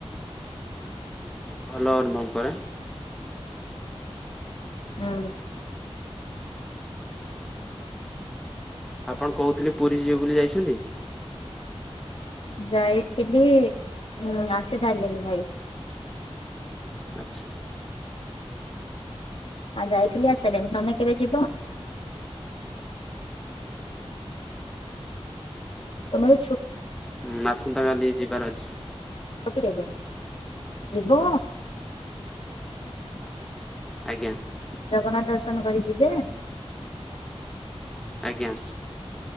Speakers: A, in the centre; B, on the left (about 60°).
A: ଭଲ ଅନୁଭବ କରେ।
B: ହୁଁ।
A: ଆପଣ କହୁଥିଲେ ପୁରୀ ଯିବେ ବୋଲି ଯାଇଚନ୍ତି।
B: ଯାଇଥିଲି ହଁ ଆସିସାରିଲିଣି ଭାଇ।
A: ଆଚଛା।
B: ଆଉ ଯାଇଥିଲି ଆସିସାଇଲିଣି। ତମେ କେବେ ଯିବ? ତମର ଛୁ
A: ହୁଁ ଆସନ୍ତା କାଲି ଯିବାର ଅଛି।
B: ବେ ଯିବ।
A: ଆଜ୍ଞା।
B: ଜଗନ୍ନାଥ ଦର୍ଶନ କରି ଯିବେ।
A: ଆଜ୍ଞା।